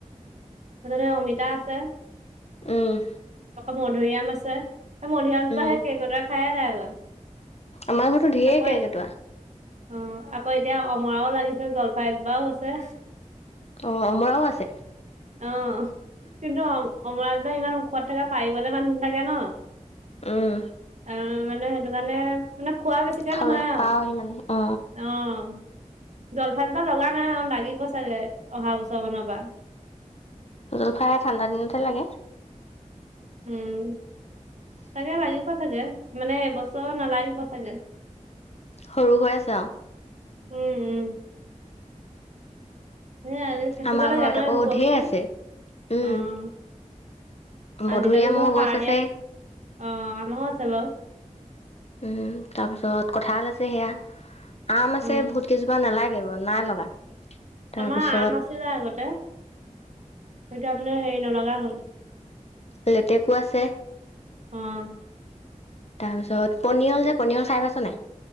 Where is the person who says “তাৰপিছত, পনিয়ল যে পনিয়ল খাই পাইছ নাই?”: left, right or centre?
Left